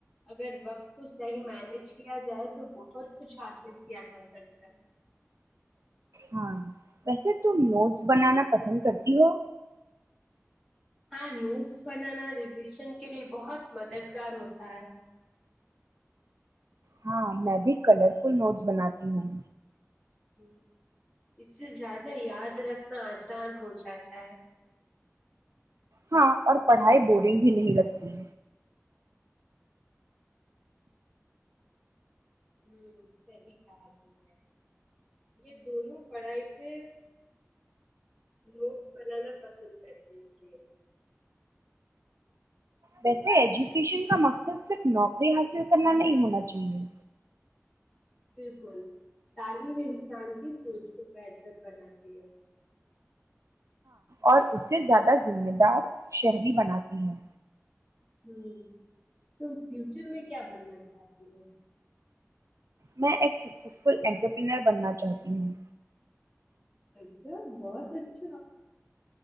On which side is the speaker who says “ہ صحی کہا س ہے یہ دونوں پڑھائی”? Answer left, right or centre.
Centre